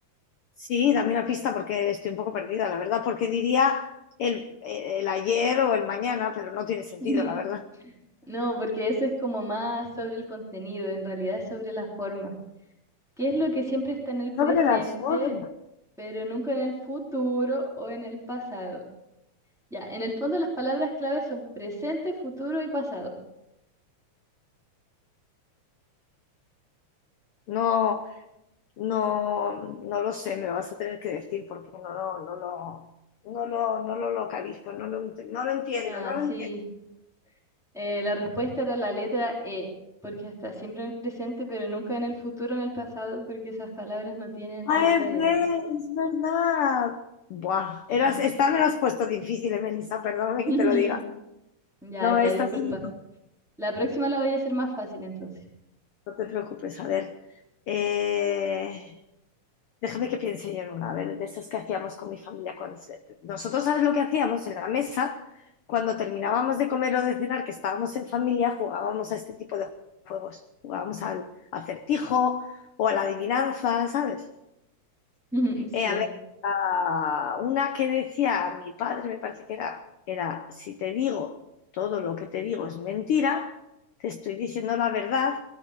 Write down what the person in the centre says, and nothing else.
<laughs>
No, porque eso es como más sobre el contenido, en realidad es sobre la forma. ¿Qué es lo que siempre está en el presente,
pero nunca en el futuro o en el pasado? Ya, en el fondo las palabras claves son presente, futuro y pasado.
Ah,
sí,
eh, la respuesta era la letra E, porque está siempre en el presente, pero nunca en el futuro o en el pasado, porque esas palabras no tienen
la letra
E.
Sí.
<laughs>
Ya,
ya,
disculpa.
La próxima la voy a hacer más fácil entonces.
<laughs> Sí.